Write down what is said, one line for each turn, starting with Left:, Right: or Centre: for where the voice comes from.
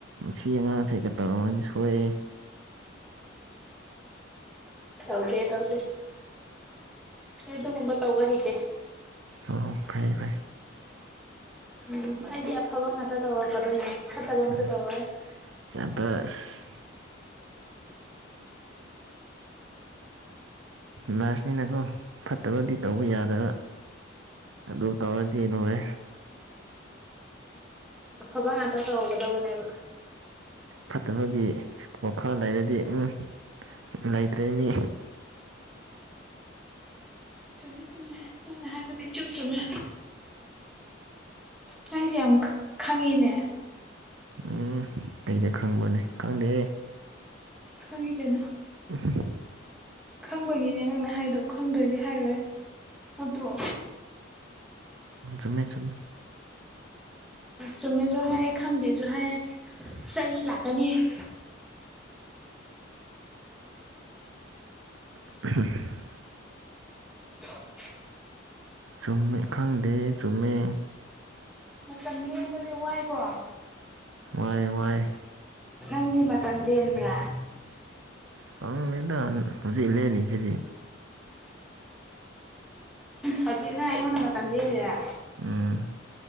Right: ꯁꯤ ꯑꯉꯥꯡꯁꯦꯒ ꯇꯧꯔꯝꯃꯗꯤ ꯁꯣꯏꯔꯦꯍꯦ꯫
Centre: ꯇꯧꯗꯦ ꯇꯧꯗꯦ꯫ ꯑꯩ ꯑꯗꯨꯒꯨꯝꯕ ꯇꯧꯕ ꯍꯩꯇꯦ꯫
Right: ꯑꯣ ꯐꯩ ꯐꯩ
Centre: ꯎꯝ ꯑꯩꯗꯤ ꯑꯐꯕ ꯉꯥꯛꯇ ꯇꯧꯔꯛꯀꯗꯣꯏꯅꯦ ꯐꯠꯇꯕ ꯑꯝꯇ
Right: ꯌꯥꯔꯦ
Centre: ꯇꯧꯔꯣꯏ꯫
Right: ꯆꯕꯁ ꯅꯔꯁꯅꯤꯅꯀꯣ ꯐꯠꯇꯕꯗꯤ ꯇꯧꯕ ꯌꯥꯗꯕ꯫ ꯑꯗꯨ ꯇꯧꯔꯗꯤ ꯂꯣꯏꯔꯦ꯫
Centre: ꯑꯐꯕ ꯉꯥꯛꯇ ꯇꯧꯔꯒꯗꯧꯕꯅꯦꯕ꯫
Right: ꯐꯠꯇꯕꯒꯤ ꯋꯈꯜ ꯂꯩꯔꯗꯤ ꯎꯝ ꯂꯩꯇ꯭ꯔꯦ ꯃꯤ
Centre: ꯆꯨꯝꯃꯦ ꯆꯨꯝꯃꯦ ꯅꯪꯅ ꯍꯥꯏꯕꯅꯤ ꯏꯆꯨꯝ ꯆꯨꯝꯃꯦ꯫ ꯅꯪꯁꯦ ꯌꯥꯝ ꯈ ꯈꯪꯉꯤꯅꯦ
Right: ꯎꯝ ꯑꯩꯗꯤ ꯈꯪꯕꯅꯦ ꯈꯪꯗꯦ
Centre: ꯈꯪꯉꯤ ꯀꯩꯅꯣ
Right: ꯎꯝ
Centre: ꯈꯪꯕꯒꯤꯅꯦ ꯅꯪꯅ ꯍꯥꯏꯗꯣ ꯈꯪꯗ꯭ꯔꯗꯤ ꯍꯥꯏꯔꯣꯏ ꯅꯠꯇ꯭ꯔꯣ
Right: ꯆꯨꯝꯃꯦ ꯆꯨꯝꯃꯦ
Centre: ꯆꯨꯝꯃꯦꯁꯨ ꯍꯥꯏꯌꯦ ꯈꯪꯗꯦꯁꯨ ꯍꯥꯏꯌꯦ ꯆꯩ ꯂꯥꯛꯀꯅꯤ <inaudible>
Right: <unintelligible>
Centre: <unintelligible>
Right: ꯆꯨꯝꯃꯦ ꯈꯪꯗꯦ ꯆꯨꯝꯃꯦ
Centre: ꯃꯇꯝ ꯂꯦꯟꯕꯖꯦ ꯋꯥꯏꯀꯣ
Right: ꯋꯥꯏꯌꯦ ꯋꯥꯏꯌꯦ
Centre: ꯅꯪꯗꯤ ꯃꯇꯝ ꯂꯦꯟꯕ꯭ꯔꯥ
Right: ꯐꯝꯃꯤꯗꯥ ꯍꯧꯖꯤꯛ ꯂꯦꯟꯂꯤꯁꯤꯗꯤ
Centre: ꯍꯧꯖꯤꯛ ꯅꯪ ꯑꯩꯉꯣꯟꯗ ꯃꯇꯝ ꯂꯦꯜꯂꯤꯔ
Right: ꯎꯝ